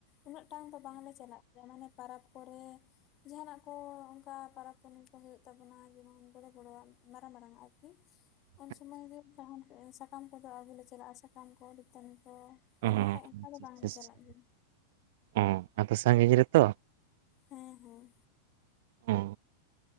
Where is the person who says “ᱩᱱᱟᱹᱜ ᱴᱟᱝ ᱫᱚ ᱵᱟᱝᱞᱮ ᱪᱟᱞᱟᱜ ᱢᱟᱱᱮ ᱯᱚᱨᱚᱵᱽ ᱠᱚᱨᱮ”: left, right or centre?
Left